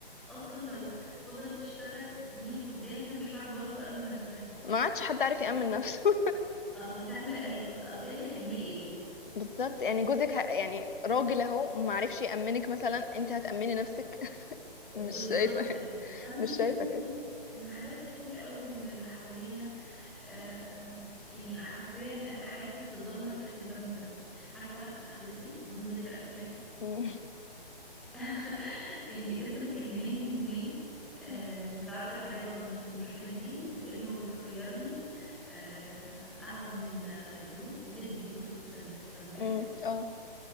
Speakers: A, in the centre; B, on the left.
A: اصلا لو فضلت تشتغل سنين قدام هي مش هتعرف برضه تامن نفسها
B: ما عادش حد عارف يأمن نفسه
A: آه، هتعمل هي أص- اصل انت هتعملي ايه
B: <laughs> بالظبط يعني جوزك ه... يعني راجل أهو ما عرفش يأمنك مثلا أنت هتأمني نفسك <laughs> مش
A: بالظبط
B: شايفة
A: كده فانتي
B: مش شايفة
A: تحسي
B: كده
A: ان إن حالات كتير قوي من اللي حوالينا آه يعني حرفيا آه، حياتها بتتدمر تحت البند ده عارفه واحده صاحبتي بدون ذكر اسماء
B: مم.
A: <laughs> يعني لسه مكلماني من يومين آه
B: <laughs>
A: بتعرض عليا برضو نفس المشكله دي وبتقولي هو بيخيرني آه اقعد من آه، الدروس هي بتدي دروس في سنتر تمام
B: مم. اه